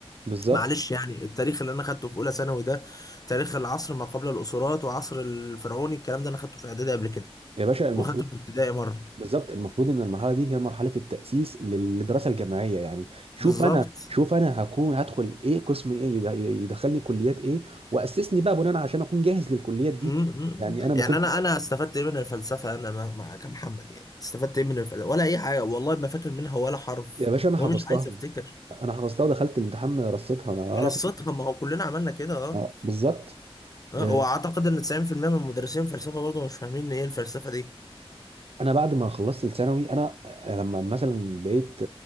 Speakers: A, on the right (about 70°); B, on the left (about 35°).
A: بالظبط
B: معلش يعني التاريخ اللي انا خدته في اولى ثانوي ده تاريخ العصر ما قبل الاسرات وعصر الفرعوني الكلام ده انا خدته في اعدادي قبل كده
A: يا باشا المفروض
B: وخدته في ابتدائي مره
A: بالظبط المفروض ان المرحله دي هي مرحله التاسيس لل- للدراسه الجامعيه يعني شوف
B: بالظبط
A: انا شوف انا هكون هدخل ايه قسم ايه يد- يدخلني كليات ايه واسسني بقى بناء عشان اكون جاهز للكليات دي
B: م- م-
A: يعني
B: م.
A: انا
B: يعني
A: ما كنت
B: انا انا استفدت ايه من الفلسفه انا ما ما كمحمد يعني استفدت ايه من الفلسفه ولا اي حاجه والله ما فاكر منها ولا حرف
A: يا باشا انا
B: ومش
A: حفظتها
B: عايز افتكر
A: انا حفظتها ودخلت الامتحان رصيتها ما- ولا
B: رصتها
A: فاكر
B: ما هو كلنا عملنا كده اه
A: آه، بالظبط
B: آه،
A: آه،
B: واعتقد ان 90% من مدرسين الفلسفه برضه مش فاهمين ايه الفلسفه دي
A: انا بعد ما خلصت الثانوي انا لما مثلا بقيت